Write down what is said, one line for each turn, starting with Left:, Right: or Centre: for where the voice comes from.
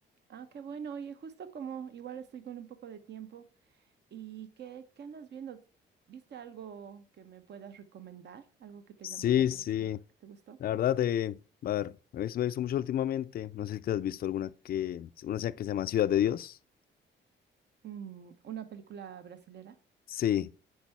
Right: Ah, qué bueno. Oye, justo como igual estoy con un poco de tiempo. ¿Y qué, qué andas viendo? ¿Viste algo que me puedas recomendar? ¿Algo que te
Left: Sí,
Right: llamó la atención?
Left: sí,
Right: ¿Que te gustó?
Left: la verdad, eh, a ver, me he visto, me he visto mucho últimamente, no sé si te has visto alguna que, una serie que se llama Ciudad de Dios.
Right: Mm, ¿una película brasilera?
Left: Sí,